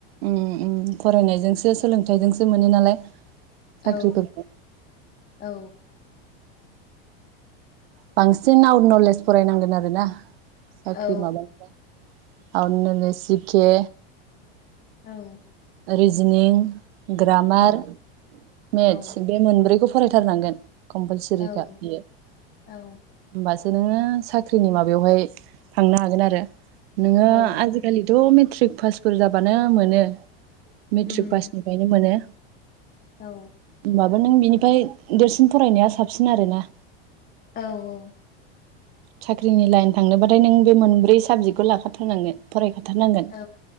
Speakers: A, on the right (about 75°); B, on the left (about 30°).
A: ओम ओम फरायनायजोंसो सोलोंथाइजोंसो मोनो नालाय, साख्रिफोरखौ
B: औ औ
A: बांसिन आवट नलेज फरायनांगोन आरोना। साख्रि
B: औ
A: माबानोबा आवट नलेज जि के।
B: औ।
A: रिजिनिं ग्रामार
B: औ
A: मेथ्स
B: औ
A: बे मोनब्रैखौ फरायथारनांगोन। कमपलसरिखा
B: औ
A: बेयो होमबासो
B: औ
A: नोङो साख्रिनि माबायावहाय थांनो हागोन आरो। नोङो
B: औ
A: आजिखालिथ' मेत ट्रिक पासफोर जाबानो मोनो। मेट्रिक
B: उम
A: पासनिफ्रायनो मोनो।
B: औ।
A: होमबाबो नों बिनिफ्राय देरसिन फरायनाया साबसिन आरोना।
B: औ औ।
A: साख्रिनि लाइन थांनोबाथाय नों बे मोनब्रै साबजेक्टखौ लाखाथारनांगोन फराय लाथारनांगोन
B: औ